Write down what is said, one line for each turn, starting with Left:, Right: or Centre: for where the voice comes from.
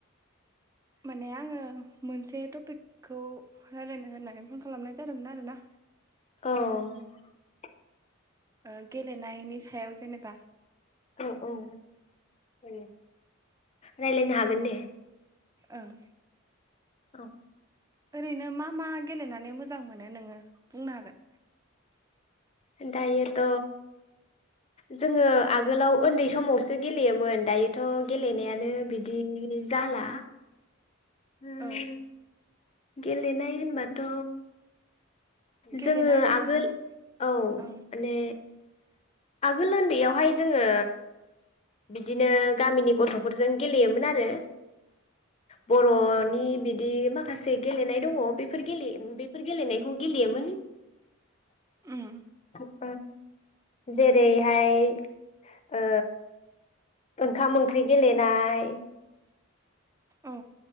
Right: माने आङो मोनसे टपिकखौ रायलायनो होननानै फन खालामनाय जादोंमोन आरोना
Left: औ
Right: ओ गेलेनायनि सायाव जेनेबा
Left: औ औ रायलायनो हागोन दे।
Right: ओं
Left: र'
Right: ओरैनो मा मा गेलेनानै मोजां मोनो नोङो बुंनो हागोन?
Left: दायोथ' जोङो आगोलाव उन्दै समावसो गेलेयोमोन दायोथ' गेलेनायानो बिदि जाला ओम
Right: औ
Left: गेलेनाय होनबाथ'
Right: गेलेनाय
Left: जोङो
Right: होननाय
Left: आगोल औ
Right: ओं
Left: माने आगोल उन्दैयावहाय जोङो बिदिनो गामिनि गथ'फोरजों गेलेयोमोन आरो बर'नि बिदि मा माखासे गेलेनाय दङ बेफोर गेले बेफोर गेलेनायखौ गेलेयोमोन।
Right: उम।
Left: ओ जेरैहाय ओ ओंखाम ओंख्रि गेलेनाय। <inaudible>
Right: औ।